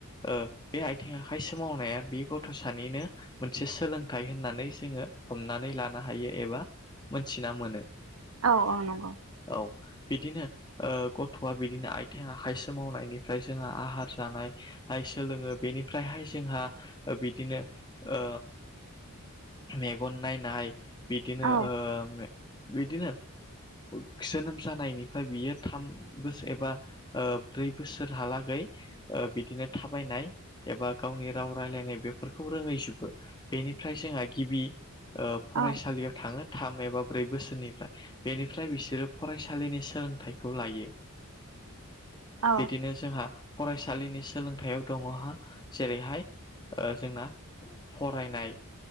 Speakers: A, on the left; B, on the right.
A: ओ बे आथिं आखाइ सोमावनाया बे गथ' सानिनो मोनसे सोलोंथाइ होन होननानै जोङो हमनानै लानो हायो एबा मोनथिना मोनो
B: औ औ नंगौ
A: औ बिदिनो ओ गथ'आ बिदिनो आयथें आखाइ सोमावनायनिफ्राय जोंहा आहार जानाय हाय सोलोङो बेनिफ्रायहाय जोंहा बिदिनो ओ मेगन नायनाय बिदिनो
B: औ
A: ओ ओमफाय बिदिनो जोनोम जानायनिफाय बियो थाम बोसोर एबा ब्रै बोसोर हालागै बिदिनो थाबायनाय एबा गावनि राव रायनाय बेफोरखौ रोङै <unintelligible> बे बेनिफ्राय जोंहा गिबि ओ फरायसालियाव
B: औ
A: थाङो थाम एबा ब्रै बोसोरनिफ्राय बेनिफ्राय बिसोरो फरायसालिनि सोलोंथाइखौ लायो
B: औ
A: बिदिनो जोंहा फरायसालिनि सोलोंथाइयाव दङहा जेरैहाय जोंना फरायनाय